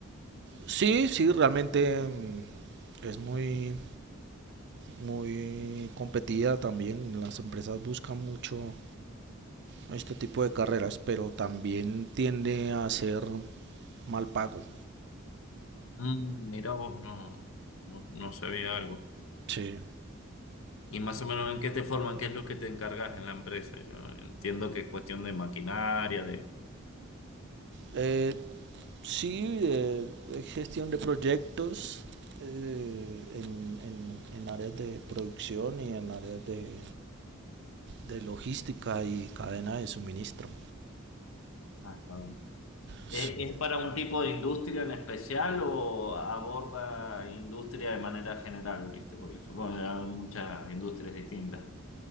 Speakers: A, on the right; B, on the left.
A: Sí, sí, realmente mm, es muy, muy competida también. Las empresas buscan mucho este tipo de carreras, pero también tiende a ser mal pago.
B: Mm, mira vos, no, no, no sabía algo.
A: Sí.
B: Y más o menos en qué te forman, qué es lo que te encargas en la empresa. Yo entiendo que es cuestión de maquinaria, de...
A: Eh, sí, eh, es gestión de proyectos eh, en, en- en áreas de producción y en áreas de, de logística y cadena de suministro.
B: Ah, está bien.
A: Sí.
B: ¿Es, es para un tipo de industria en especial o aborda industria de manera general, viste? Porque supongo que hay muchas industrias distintas.